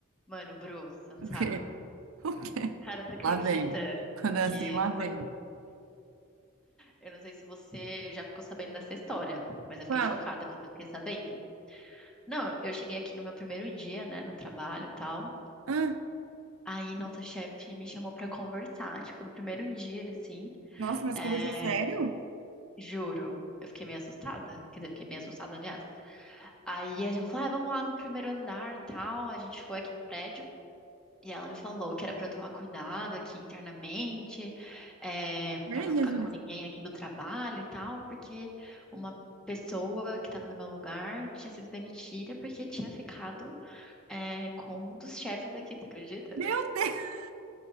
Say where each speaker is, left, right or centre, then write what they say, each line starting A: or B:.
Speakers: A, in the centre; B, on the right (about 70°).
A: Mano, Bru, você não
B: O
A: sabe.
B: quê? O quê?
A: Cara, você acredita
B: Lá vem. Quando
A: que.
B: é assim, lá
A: co-
B: vem.
A: Eu não sei se você já ficou sabendo dessa história, mas eu fiquei
B: Qual?
A: chocada quando eu fiquei sabendo. Não, eu cheguei aqui no meu primeiro dia, né, no trabalho e tal.
B: Ah,
A: Aí nossa chefe me chamou pra conversar, tipo, no primeiro dia, assim.
B: nossa, mas
A: É...
B: conversa sério?
A: Juro, eu fiquei meio assustada. Quer dizer, fiquei bem assustada, aliás. Aí a gente falou, ah, vamos lá no primeiro andar e tal. A gente foi aqui no prédio. E ela me falou que era para eu tomar cuidado aqui internamente, é, para
B: Vem,
A: não
B: Jesus.
A: ficar com ninguém aqui do trabalho e tal, porque uma pessoa que estava no meu lugar tinha sido demitida porque tinha ficado, é, com um dos chefes aqui, tu acredita?
B: Meu Deus,